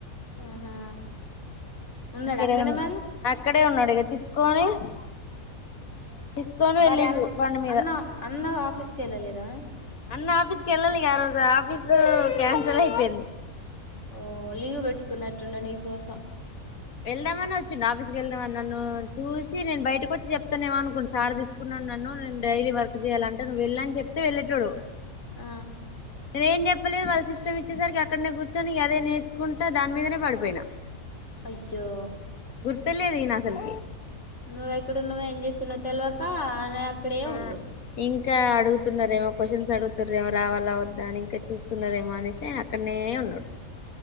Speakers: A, on the left; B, on the left.
A: ఆహా ఉన్నాడా
B: ఇక్కడే
A: అక్కడే
B: ఉన్నా
A: మరి
B: అక్కడే ఉన్నాడు ఇక తీసుకొని <inaudible> తీసుకొని వెళ్ళిండు
A: మరి అన్
B: బండి మీద
A: అన్న అన్న ఆఫీస్కి వెళ్ళలేదా
B: అన్న ఆఫీస్కి వెళ్ళాలి ఆ రోజు ఆఫీసు క్యాన్సల్ అయిపోయింది
A: ఓ లీవ్ పెట్టుకున్నట్టుండు నీకోసం
B: వెళ్దామనే వచ్చిండు ఆఫీస్కి వెళ్దామని నన్ను చూసి నేను బయటకు వచ్చి చెప్తనేమో అనుకుండు సార్ తీసుకున్నడు నన్ను నేను డైలీ వర్క్ చేయాలంట నువ్వు వెళ్లు అని చెప్తే వెళ్ళేటోడు
A: ఆ
B: నేను ఏం చెప్పలేదు వాళ్ళు సిస్టం ఇచ్చేసరికి అక్కనే కూర్చొని ఇగ అదే నేర్చుకుంటా దాని మీదనే పడిపోయినా
A: అయ్యో
B: గుర్తే లేదు ఈనసలు
A: నువ్వెక్కడున్నవో ఏం చేస్తున్నవో తెలవక అలా అక్కడే
B: ఆ
A: ఉండు
B: ఇంకా అడుగుతున్నరేమో క్వశ్చన్స్ అడుగుతుర్రెమో రావాలా వద్దా అని ఇంకా చూస్తున్నరేమో అనేసి ఆయన అక్కనే ఉంన్రూ